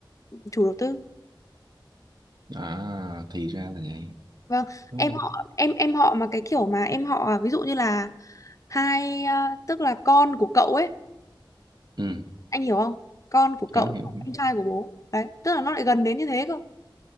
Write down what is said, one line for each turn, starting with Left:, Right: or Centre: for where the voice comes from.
Left: chủ đầu tư
Right: à thì ra là vậy
Left: vâng
Right: đúng
Left: em
Right: không
Left: họ em em họ mà cái kiểu mà em họ à, ví dụ như là hai à, tức là con của cậu ấy
Right: ừ
Left: anh hiểu không con của cậu
Right: hiểu hiểu hiểu
Left: anh trai của bố đấy tức là nó lại gần đến như thế cơ